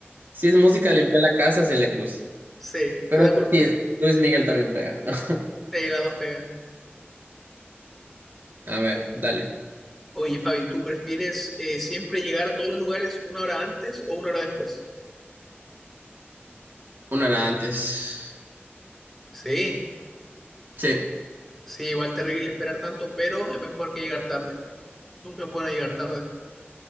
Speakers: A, on the right; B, in the centre.
A: Si es música, limpia la casa, se le cruza.
B: Sí, estoy
A: Pero
B: de acuerdo.
A: sí, es- Luis Miguel también pega. <laughs>
B: Sí, las dos pegan.
A: A ver, dale.
B: Oye, Fabi, ¿tú prefieres eh, siempre llegar a todos los lugares una hora antes o una hora después?
A: Una era antes.
B: Sí,
A: Sí.
B: sí, igual terrible esperar tanto, pero es mejor que llegar tarde. Nunca es bueno llegar tarde.